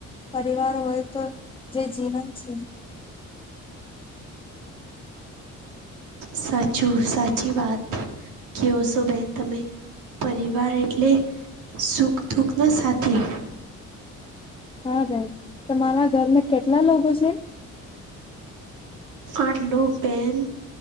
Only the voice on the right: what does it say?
સાચું સાચી વાત કે હો શો બેન તમે. પરિવાર એટલે સુખ દુઃખના સાથી.
આઠ લોગ બહેન